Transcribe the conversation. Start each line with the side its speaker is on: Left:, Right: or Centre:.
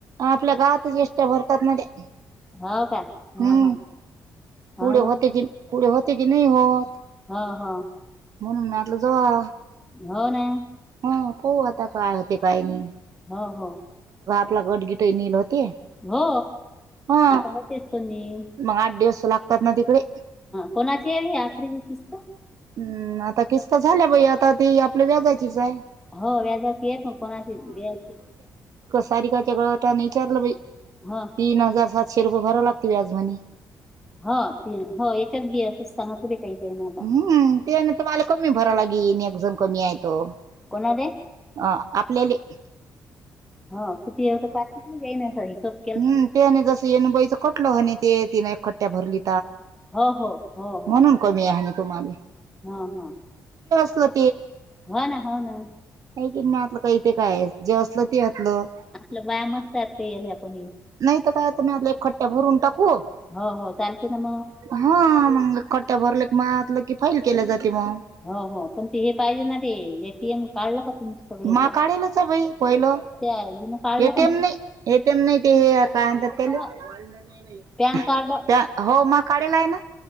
Right: आपल्या गावातच एस टी भरतात त्या
Centre: हो का हो
Right: हम्म
Centre: हो हो
Right: पुढे
Centre: ना
Right: होते की पुढे होते होते की नाही होत
Centre: हो हो
Right: म्हणून म्हटलं जावा
Centre: हो ना
Right: हा हो आता काय होते काही नाही
Centre: हा हो
Right: <unintelligible> ते
Centre: हो
Right: हा
Centre: आता होतेच तो निम
Right: मग आठ दिवस लागतात ना तिकडे
Centre: कोणाची हे आखरी किस्त
Right: हम्म आता किस्त झाल्या बाई आता ती आपल्या व्याजाचीच आहे.
Centre: हो व्याजाची ये पण कोणाशी व्याची
Right: तारीखाच्या गटाने विचारलं
Centre: ह
Right: तीन हजार सातशे रुपये भरा लागते व्याज म्हणे.
Centre: हा तीन ह याच्यात ब असच सांगा तु रे काही त्यानं आता
Right: हम्म त्यान तम्हाला कमी भरायला गेन एक जण कमी आहे तो
Centre: कोणाले
Right: ह आपल्याले
Centre: <unintelligible>
Right: हम् तेने जसं येनुबाईचं कटल ह आणि ते तिने एकखट््ट्या भरली
Centre: हो हो हो
Right: म्हणून
Centre: हो
Right: कमी आहे ना तुम्हाला
Centre: हा हा
Right: होते
Centre: हो ना हो ना
Right: ी नाही आपलं काही ते काय जे असलं ते घातलं
Centre: आपलं बाया मस्त आहेत का का
Right: नाहीत काय आता मी आला एक खट््ट्या भरून टाकू
Centre: हो हो चालते ना मग
Right: हा मग कट्ट्या भरले म्हातलं की फाइल केल्या जाते मग
Centre: हो हो पण ते हे पाहिजे ना ते एटीएम काढलं. तुमचं सगळं इथं
Right: मा काढलच बाई पहिलं.
Centre: त्या हिनं काढलं
Right: एटीएम
Centre: का
Right: नाही एटीएम नाही ते हे काय म्हणतात
Centre: म्हण
Right: त्या
Centre: पॅन कार्ड
Right: त्या हो मग काढला आहे ना.